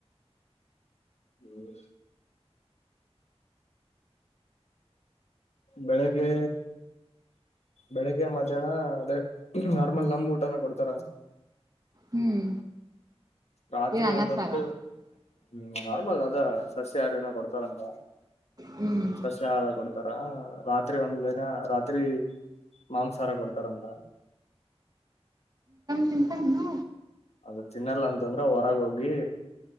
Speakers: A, on the left; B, on the right.
A: ಹ್ಮ್ ಬೆಳಗ್ಗೆ ಬೆಳಿಗ್ಗೆ ಮಧ್ಯಾಹ್ನ ಅದೇ ನಾರ್ಮಲ್ ನಮ್ ಊಟನ ಕೊಡ್ತಾರ
B: ಹ್ಮ್
A: ರಾತ್ರಿ
B: ಏನ್ ಅನ್ನ
A: ಒಂದ ಹೊತ್ತು
B: ಸಾರ
A: ಹ್ಮ ನಾರ್ಮಲ್ ಅದ ಸಸ್ಯಾಹಾರಿನ ಕೊಡ್ತಾರಂತ
B: ಹ್ಮ್
A: ಸಸ್ಯಾಹಾರ ಕೊಡ್ತಾರ ರಾತ್ರಿ ಒಂದ ಇನ್ನ ರಾತ್ರಿ ಮಾಂಸಾಹಾರ ಕೊಡ್ತಾರಂತ
B: ನಿಂತಮ್ಮಂನು
A: ಅದು ತಿನ್ನಲ್ಲ ಅಂತಂದ್ರ ಹೊರಗ ಹೋಗಿ